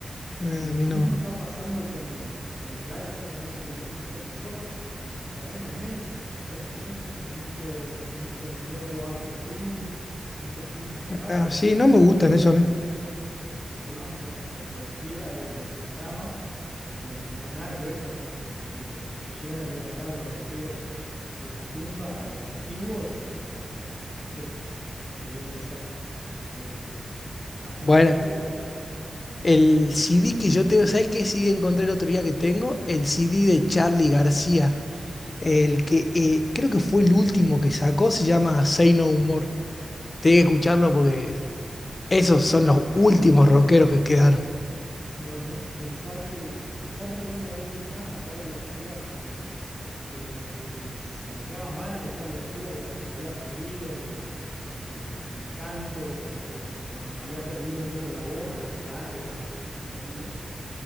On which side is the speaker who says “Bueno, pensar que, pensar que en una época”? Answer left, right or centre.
Right